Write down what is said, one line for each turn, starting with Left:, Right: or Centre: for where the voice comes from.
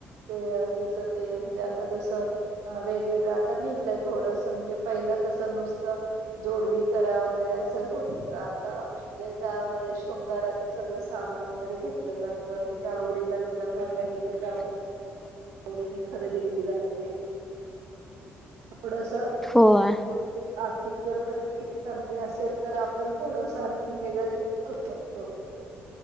Right: ते तिचं ते म्हणजे आंता जसं अं वेगवेगळं आता निघलंय थोडंसं म्हणजे पहिलं कसं नुसतं जोडवी करां वगैरें असं होतं होतं आंता म्हणजे त्यांमध्ये शृंगारांच सगळं सामांन वगैरें घेतलं जातं तिच्यां आंवडीला तिलां कायं पाहिजे तिलां
Centre: <unintelligible>
Right: डी खरेदी केली जाते थोडंसं असं
Centre: हो आं
Right: आपली आर्थिक जरं परिस्थिती चांगली असेल तरं आपणं थोडंसं आणखीन वेगळं करी करूं शकतो